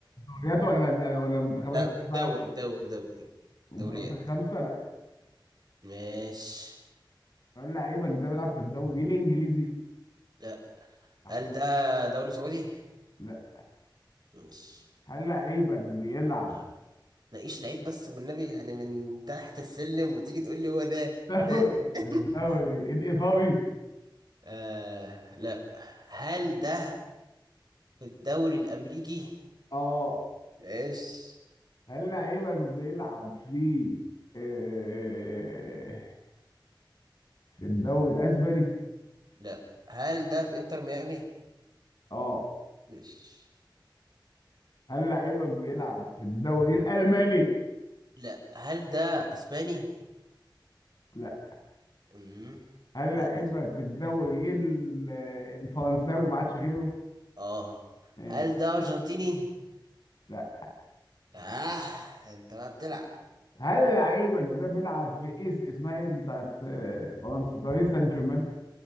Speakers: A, on the left; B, on the right.
A: دوريات ولا ولا المنتخبات
B: دا-
A: التسعة
B: دوري دوري دوري دوري
A: الدوريات
B: دوريات
A: الخمسة لا
B: ماشي
A: هل لعيبك ده بيلعب في الدوري الانجليزي
B: لا
A: أحد.
B: هل ده دوري سعودي؟
A: لا
B: ماشي
A: هل لعيبك بيلعب
B: يا عم ناقيش لعيب بس والنبي يعني من تحت السلم وتيجي تقول لي هو ده
A: دوري
B: إيه؟ <laughs>
A: الدوري الايطالي
B: آه لا هل ده في الدوري الأمريكي؟
A: اه
B: ماشي
A: هل لعيبك بيلعب في آه، في الدوري الاسباني
B: لا هل ده في انتر ميامي؟
A: اه
B: ماشي
A: هل لعيبك بيلعب في الدوري الالماني
B: لا هل ده اسباني؟
A: لا
B: امم
A: هل
B: ماشي.
A: لعيبك في الدوري ال- الفرنساوي ما عادش غيره
B: اه
A: ماشي.
B: هل ده ارجنتيني؟
A: لا.
B: اه انت بقى بتلعب
A: هل لعيبك ده بيلعب في ايس اسمها ايه اللي بتاعت آه، فرنسا باريس سان جيرمان